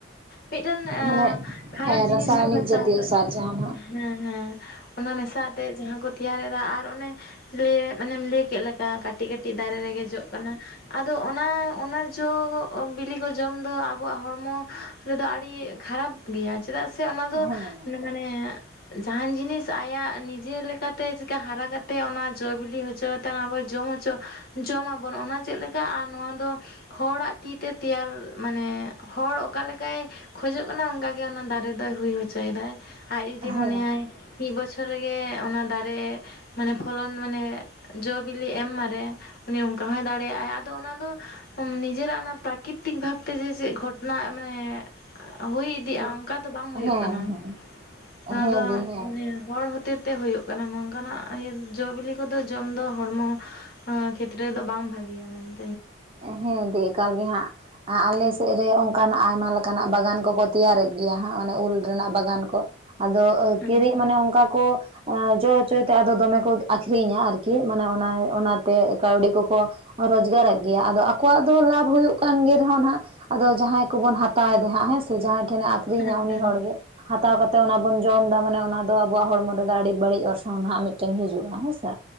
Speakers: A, on the left; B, on the right.
A: ᱢᱤᱫᱴᱮᱱ
B: ᱢᱟᱱᱮ
A: ᱠᱷᱟᱨᱟᱯ
B: ᱦᱮᱸ
A: ᱡᱤᱱᱤᱥ
B: ᱨᱟᱥᱟᱭᱚᱱᱤᱠ
A: ᱠᱟᱱᱟ ᱥᱟᱨ
B: ᱡᱟᱛᱤᱭᱚ
A: ᱫᱚ
B: ᱡᱟᱦᱟᱸ ᱱᱟᱜ
A: ᱦᱮᱸ ᱦᱮᱸ ᱚᱱᱟ ᱢᱮᱥᱟ ᱟᱛᱮᱫ ᱡᱟᱦᱟᱸ ᱠᱚ ᱛᱮᱭᱟᱨᱮᱫᱟ ᱟᱨ ᱚᱱᱮ ᱞᱮᱻ ᱢᱟᱱᱮᱢ ᱞᱟᱹᱭ ᱠᱮᱫ ᱞᱮᱠᱟ ᱠᱟᱹᱴᱤᱡ ᱠᱟᱹᱴᱤᱡ ᱫᱟᱨᱮ ᱨᱮᱜᱮ ᱡᱚᱜ ᱠᱟᱱᱟ ᱟᱫᱚ ᱚᱱᱟ ᱚᱱᱟ ᱡᱚ ᱵᱤᱞᱤ ᱠᱚ ᱡᱚᱢ ᱫᱚ ᱟᱵᱚᱣᱟᱜ ᱦᱚᱲᱢᱚ ᱨᱮᱫᱚ ᱟᱹᱰᱤ ᱠᱷᱟᱨᱟᱯ ᱜᱮᱭᱟ ᱪᱮᱫᱟᱜ ᱥᱮ ᱚᱱᱟᱫᱚ
B: ᱦᱮᱸ
A: ᱢᱟᱱᱮ ᱡᱟᱦᱟᱱ ᱡᱤᱱᱤᱥ ᱟᱭᱟᱜ ᱱᱤᱡᱮ ᱞᱮᱠᱟᱛᱮ ᱪᱮᱠᱟ ᱦᱟᱨᱟ ᱠᱟᱛᱮᱫ ᱚᱱᱟ ᱡᱚ ᱵᱤᱞᱤ ᱦᱚᱪᱚ <unintelligible> ᱟᱵᱚ ᱡᱚᱢ ᱦᱚᱪᱚ ᱡᱚᱢ ᱟᱵᱚᱱ ᱚᱱᱟ ᱪᱮᱫ ᱞᱮᱠᱟ ᱟᱨ ᱱᱚᱣᱟ ᱫᱚ ᱦᱚᱲᱟᱜ ᱛᱤᱛᱮ ᱛᱮᱭᱟᱨ ᱢᱟᱱᱮ ᱦᱚᱲ ᱚᱠᱟ ᱞᱮᱠᱟᱭ ᱠᱷᱚᱡᱚᱜ ᱠᱟᱱᱟ ᱚᱱᱠᱟᱜᱮ ᱚᱱᱟ ᱫᱟᱨᱮ ᱫᱚᱭ ᱦᱩᱭ ᱦᱚᱪᱚᱭᱮᱫᱟᱭ ᱟᱡ ᱡᱩᱫᱤ ᱢᱚᱱᱮᱭᱟᱭ
B: ᱦᱮᱸ
A: ᱢᱤᱫ ᱵᱚᱪᱷᱚᱨ ᱨᱮᱜᱮ ᱚᱱᱟ ᱫᱟᱨᱮ ᱢᱟᱱᱮ ᱯᱷᱚᱞᱚᱱ ᱢᱟᱱᱮ ᱡᱚᱼᱵᱤᱞᱤ ᱮᱢ ᱢᱟᱨᱮ ᱩᱱᱤ ᱚᱱᱠᱟ ᱦᱚᱸᱭ ᱫᱟᱲᱮᱭᱟᱜᱼᱟᱭ ᱟᱨ ᱟᱫᱚ ᱚᱱᱟ ᱫᱚ ᱱᱤᱡᱮᱨᱟᱜ ᱚᱱᱟ ᱯᱨᱟᱠᱤᱨᱤᱛᱤᱠ ᱵᱷᱟᱵᱽ ᱛᱮ ᱪᱮᱫ ᱜᱷᱚᱴᱚᱱᱟ ᱢᱟᱱᱮ ᱦᱩᱭ ᱤᱫᱤᱜᱼᱟ
B: ᱦᱮᱸ
A: ᱚᱱᱠᱟ ᱫᱚ ᱵᱟᱝ ᱦᱩᱭᱩᱜ
B: ᱦᱮᱸ
A: ᱠᱟᱱᱟ
B: ᱦᱮᱸ
A: ᱱᱚᱣᱟ
B: ᱦᱮᱸ
A: ᱫᱚ
B: ᱫᱤ ᱦᱮᱸ
A: ᱢᱟᱱᱮ ᱦᱚᱲ ᱦᱚᱛᱮ ᱛᱮ ᱦᱩᱭᱩᱜ ᱠᱟᱱᱟ ᱱᱚᱝᱠᱟ ᱱᱟᱜ ᱤᱭᱟᱹ ᱡᱚᱵᱤᱞᱤ ᱠᱚᱫᱚ ᱡᱚᱢ ᱫᱚ ᱦᱚᱲᱢᱚ ᱠᱷᱮᱛᱨᱮ ᱨᱮ ᱫᱚ ᱵᱟᱝ ᱵᱷᱟᱹᱜᱮᱭᱟ ᱢᱟᱱᱮ
B: ᱦᱮᱸ ᱫᱤ ᱮᱠᱟᱞ ᱜᱮ ᱦᱟᱸᱜ ᱟᱞᱮ ᱥᱮᱫ ᱨᱮ ᱚᱱᱠᱟᱱᱟᱜ ᱟᱭᱢᱟ ᱞᱮᱠᱟᱱᱟᱜ ᱵᱟᱜᱟᱱ ᱠᱚᱠᱚ ᱛᱮᱭᱟᱨᱮᱫ ᱜᱮᱭᱟ ᱦᱟᱸᱜ ᱚᱱᱮ ᱩᱞ ᱨᱮᱱᱟᱜ ᱵᱟᱜᱟᱱ ᱠᱚ ᱟᱫᱚ
A: ᱦᱩᱸ
B: ᱠᱤᱨᱤᱡ ᱢᱟᱱᱮ ᱚᱱᱠᱟ ᱠᱚ ᱟ ᱡᱚ ᱪᱚᱭ ᱛᱮ ᱟᱫᱚ ᱫᱚᱢᱮ ᱠᱚ ᱟᱹᱠᱷᱨᱤᱧᱟ ᱟᱨᱠᱤ ᱢᱟᱱᱮ ᱚᱱᱟ ᱚᱱᱟᱛᱮ ᱠᱟᱹᱣᱰᱤ ᱠᱚᱠᱚ ᱨᱳᱡᱽᱜᱟᱨᱮᱫ ᱜᱮᱭᱟ ᱟᱫᱚ ᱟᱠᱚᱣᱟᱜ ᱫᱚ ᱞᱟᱵᱷ ᱦᱩᱭᱩᱜ ᱠᱟᱱ ᱜᱮ ᱨᱮᱦᱚᱸ ᱱᱟᱱᱟᱜ ᱟᱫᱚ ᱡᱟᱦᱟᱸᱭ ᱠᱚᱵᱚᱱ ᱦᱟᱛᱟᱣᱮᱫᱟ ᱦᱟᱸᱜ ᱦᱮᱸ ᱥᱮ ᱡᱟᱦᱟᱸᱭ ᱴᱷᱮᱱᱮ ᱟᱠᱷᱨᱤᱧᱟ
A: ᱦᱮᱸ
B: ᱩᱱᱤ
A: ᱦᱮᱸ
B: ᱦᱚᱲᱜᱮ ᱦᱟᱛᱟᱣ ᱠᱟᱛᱮᱫ ᱚᱱᱟ ᱵᱚᱱ ᱡᱚᱢᱫᱟ ᱢᱟᱱᱮ ᱚᱱᱟ ᱫᱚ ᱟᱵᱚᱣᱟᱜ ᱦᱚᱲᱢᱚ ᱨᱮᱫᱚ ᱟᱹᱰᱤ ᱵᱟᱹᱲᱤᱡ ᱚᱨᱥᱚᱝ ᱱᱟᱦᱟᱜ ᱢᱤᱫᱴᱮᱱ ᱦᱤᱡᱩᱜᱼᱟ ᱦᱮᱸᱥᱮ